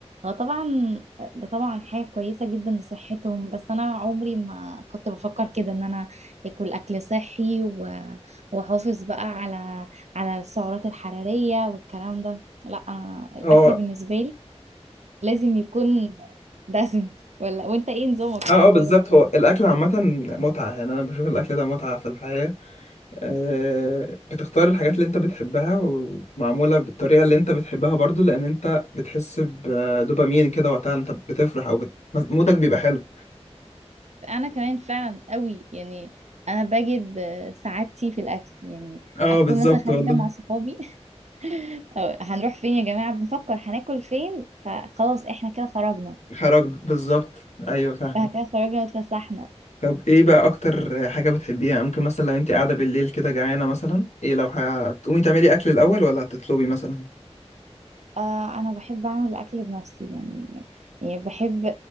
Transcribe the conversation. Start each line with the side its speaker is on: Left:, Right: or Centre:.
Right: هو طبعا ده طبعا حاجة كويسة جدا لصحتهم بس أنا عمري ما كنت بفكر كده إن أنا آكل أكل صحي و- وأحافظ بقى على على السعرات الحرارية والكلام ده لا أنا الأكل
Left: هو اه
Right: بالنسبة لي لازم يكون دسم ولا وأنت إيه نظامك
Left: اه
Right: في الموضوع
Left: آه، بالظبط
Right: ده؟
Left: هو الأكل عامة متعة يعني أنا بشوف الأكل ده متعة في الحياة آه بتختار الحاجات اللي أنت بتحبها ومعمولة بالطريقة اللي أنت بتحبها برضو لأن أنت بتحس بدوبامين كده وقتها أنت بتفرح أو بت... مودك بيبقى حلو
Right: انا كمان فعلا قوي يعني انا بجد سعادتي في الاكل يعني
Left: اه
Right: اكون
Left: بالظبط
Right: مثلا خارجه
Left: والله
Right: مع صحابي <laughs> أو هنروح فين يا جماعه بنفكر هناكل فين فخلاص احنا كده خرجنا
Left: خرجنا بالظبط ايوه فاهمك
Right: احنا كده خرجنا واتفسحنا
Left: طب ايه بقى اكتر حاجة بتحبيها ممكن مثلا لو انت قاعدة بالليل كده جعانة مثلا ايه لو هتقومي تعملي اكل الاول ولا هتطلبي مثلا
Right: آه انا بحب اعمل الاكل بنفسي يعني يعني بحب